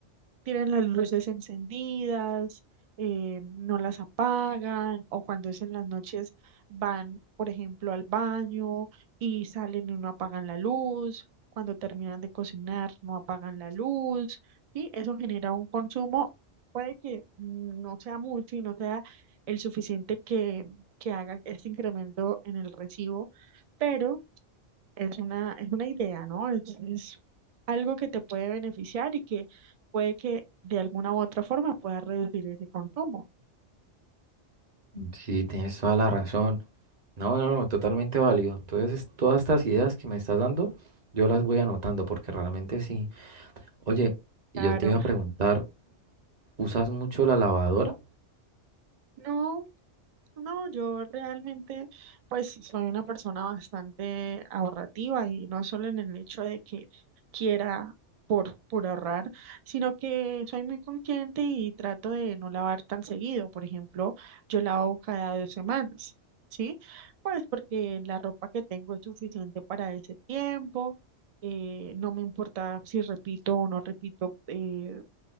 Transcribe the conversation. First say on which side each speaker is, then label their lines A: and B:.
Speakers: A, on the right (about 65°); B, on the right (about 40°).
A: tienen las luces encendidas, eh, no las apagan, o cuando es en las noches van, por ejemplo, al baño y salen y no apagan la luz, cuando terminan de cocinar no apagan la luz, y eso genera un consumo, puede que no sea mucho y no sea el suficiente que, que haga este incremento en el recibo, pero es una, es una idea, ¿no? Es, es algo que te puede beneficiar y que puede que de alguna u otra forma pueda reducir ese consumo.
B: Sí, tienes toda la razón. No, no, no, totalmente válido. Entonces, todas estas ideas que me estás dando, yo las voy anotando porque realmente sí. Oye, y
A: Claro,
B: yo te iba a preguntar, ¿usas mucho la lavadora?
A: no, No, yo realmente pues soy una persona bastante ahorrativa y no solo en el hecho de que quiera por, por ahorrar, sino que soy muy consciente y trato de no lavar tan seguido. Por ejemplo, yo lavo cada dos semanas, ¿sí? Pues porque la ropa que tengo es suficiente para ese tiempo, eh, no me importa si repito o no repito eh,